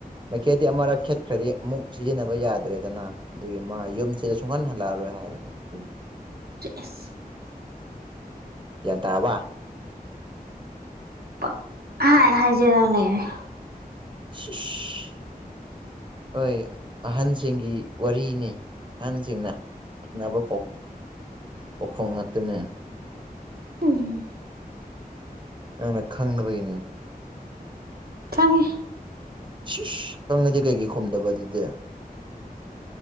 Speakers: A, on the right; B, on the right.
A: ꯃꯩꯈ‌ꯦꯠꯗꯤ ꯑꯃꯔꯛ ꯈꯦꯠꯈ꯭ꯔꯗꯤ ꯑꯃꯨꯛ ꯁꯤꯖꯤꯟꯅꯕ ꯌꯥꯗ꯭ꯔꯦꯗꯅ ꯑꯗꯨꯒꯤ ꯃꯥ ꯌꯨꯝꯁꯤꯗ ꯁꯨꯡꯍꯟ ꯂꯥꯛꯑꯔꯣꯏ ꯍꯥꯏꯔꯅꯦ ꯑꯗꯨꯅꯤ
B: ꯆꯦꯁ
A: ꯒ꯭ꯌꯥꯟ ꯇꯥꯔꯕꯥ
B: ꯄꯛ ꯄꯪꯍꯥꯏ ꯍꯥꯏꯖꯤꯜꯂ ꯂꯩꯔ‌ꯦ
A: ꯁꯤꯁꯤ ꯍꯣꯏ ꯑꯍꯟꯁꯤꯡꯒꯤ ꯋꯥꯔꯤꯅꯤ ꯑꯍꯟꯁꯤꯡꯅ ꯅꯛꯅꯕ ꯄꯥꯎꯈꯣꯡ ꯉꯥꯛꯇꯅꯦ
B: ꯎꯝ
A: ꯅꯪꯅ ꯈꯪꯅꯕꯒꯤꯅꯦ
B: ꯈꯪꯉꯦ
A: ꯁꯤꯁ ꯀꯪꯉꯗꯤ ꯀꯩꯀꯩ ꯈꯣꯨꯝꯗꯕ ꯑꯗꯨꯗꯤ